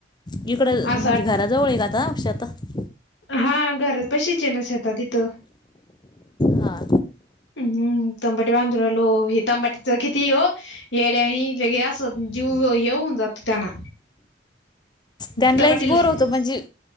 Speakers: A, on the left; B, on the left.
A: इकड
B: असं
A: म्हणजे
B: वाट
A: घराजवळ का आता शेतात
B: हा घरात पशीचय ना शेतात इथ
A: हा
B: हम्म तंबटे बांधू रायलो हे तंबाटीच किती हो येड्या आणि लगे असत जीव येऊन जातो त्यांना
A: त्यांनाहीच
B: तंबाटीला
A: बोर होतो म्हणजे